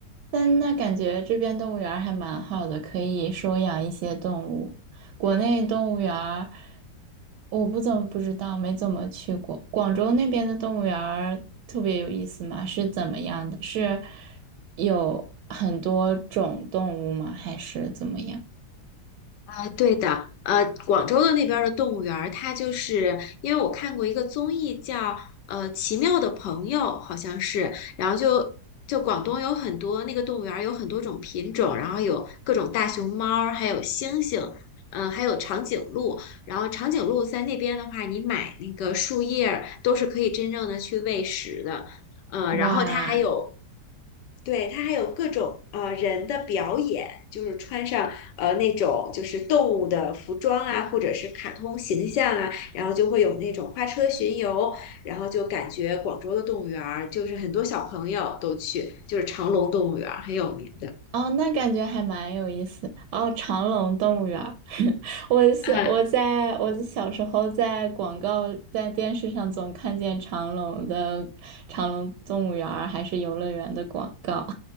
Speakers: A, on the right; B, on the left.
A: 但那感觉这边动物园儿还蛮好的，可以收养一些动物。国内动物园儿我不怎么不知道，没怎么去过。广州那边的动物园儿特别有意思吗？是怎么样的？是有很多种动物吗？还是怎么样？
B: 啊，对的，呃，广州的那边儿的动物园儿，它就是因为我看过一个综艺叫呃《奇妙的朋友》，好像是，然后就就广东有很多那个动物园儿有很多种品种，然后有各种大熊猫儿，还有猩猩，嗯、还有长颈鹿，然后长颈鹿在那边的话，你买那个树叶儿都是可以真正的去喂食的，呃，
A: 哇，
B: 然后它还有对，它还有各种呃人的表演，就是穿上呃那种就是动物的服装啊，或者是卡通形象啊，然后就会有那种花车巡游，然后就感觉广州的动物园儿就是很多小朋友都去，就是长隆动物园儿很有名的。
A: 哦，那感觉还蛮有意思。哦，长隆动物园儿，<laughs> 我小我在我小时候在广告在电视上总看见长隆的长隆动物园儿还是游乐园的广告，
B: 嗯，